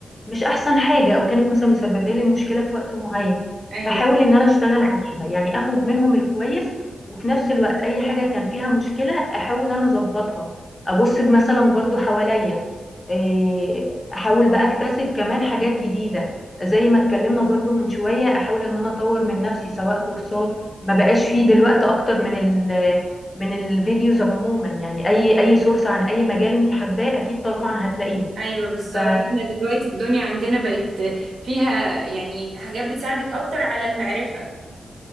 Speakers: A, on the left; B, on the right.
A: مش احسن حاجه او كانت مثلا مسببه لي مشكله في وقت معين
B: ايوه
A: بحاول ان انا اشتغل عليها يعني اخد منهم الكويس وفي نفس الوقت اي حاجه كان فيها مشكله احاول انا اظبطها ابص مثلا برضو حواليا إيه، احاول بقى اكتسب كمان حاجات جديده زي ما اتكلمنا برضو من شويه احاول ان انا اطور من نفسي سواء كورسات ما بقاش فيه دلوقتي اكتر من ال من الفيديوز عموما يعني اي اي سورس عن اي مجال انت حباه اكيد طبعا هتلاقيه
B: ايوه بالظبط
A: ف
B: احنا دلوقتي الدنيا عندنا بقت فيها يعني حاجات بتساعدك اكتر على المعرفة